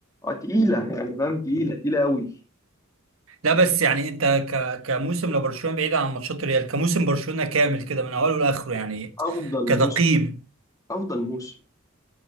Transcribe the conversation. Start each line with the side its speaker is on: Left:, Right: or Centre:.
Left: اه تقيلة يعني فاهم تقيلة تقيلة أوي
Right: لا بس يعني انت ك... كموسم لبرشلونه بعيد عن ماتشات ريال كموسم برشلونه كامل كده من اوله لاخره يعني
Left: أفضل
Right: كتقييم
Left: موسم أفضل موسم